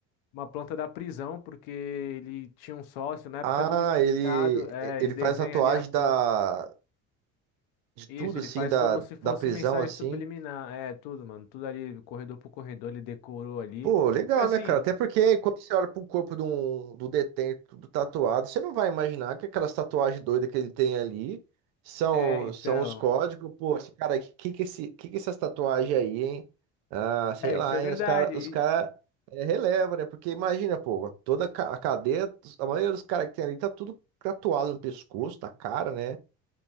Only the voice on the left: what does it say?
Uma planta da prisão, porque ele tinha um sócio, na época
é tudo explicado.
É,
ele desenha
ali a planta.
Isso, ele
faz
como se fosse
mensagem
subliminar. É, tudo, mano, tudo ali, corredor por corredor, ele decorou ali.
Porque assim,
é, então.
É,
isso é verdade.